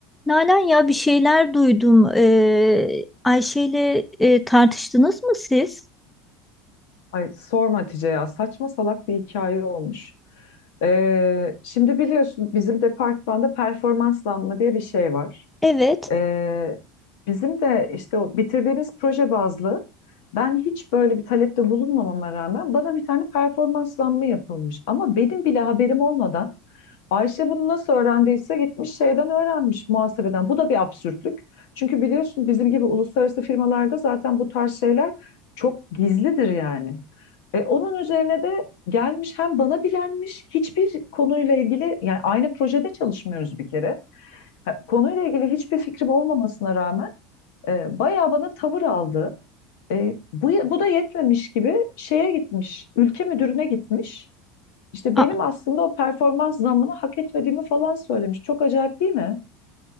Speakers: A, in the centre; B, on the left (about 80°).
A: Nalan ya bir şeyler duydum. Ee, Ayşe'yle e, tartıştınız mı siz?
B: Ay sorma Hatice ya saçma salak bir hikaye olmuş. Ee, şimdi biliyorsun bizim departmanda performanslanma diye bir şey var.
A: Evet.
B: Ee, bizim de işte o bitirdiğimiz proje bazlı ben hiç böyle bir talepte bulunmamama rağmen bana bir tane performanslanma yapılmış. Ama benim bile haberim olmadan Ayşe bunu nasıl öğrendiyse gitmiş şeyden öğrenmiş muhasebeden. Bu da bir absürtlük. Çünkü biliyorsun bizim gibi uluslararası firmalarda zaten bu tarz şeyler çok gizlidir yani. E, onun üzerine de gelmiş hem bana bilenmiş hiçbir konuyla ilgili yani aynı projede çalışmıyoruz bir kere. Ha, konuyla ilgili hiçbir fikrim olmamasına rağmen e, bayağı bana tavır aldı. E, bu, bu da yetmemiş gibi şeye gitmiş, ülke müdürüne gitmiş. İşte benim
A: A-
B: aslında o performans zammını hak etmediğimi falan söylemiş. Çok acayip değil mi?